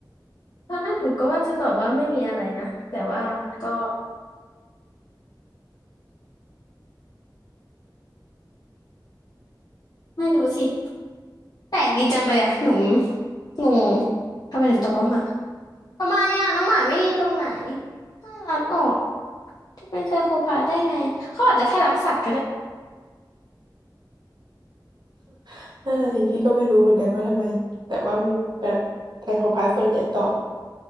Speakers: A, on the left (about 55°); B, on the right (about 65°).
A: ตอนแรกหนูก็ว่าจะตอบว่าไม่มีอะไรนะแต่ว่ามันก็ไม่รู้สิแปลกดีจังเลยอะหนูงงทำไมถึงตอบว่าหมาทำไมอะน้องหมาไม่ดีตรงไหนน่ารักออกจะเป็นไซโคพาธได้ไงเขาอาจจะแค่รักสัตว์ก็ได้
B: <laughs> นั่นน่ะสิพี่ก็ไม่รู้เหมือนกันว่าทำไมแต่ว่ามันแบบไซโคพาธส่วนใหญ่ตอบ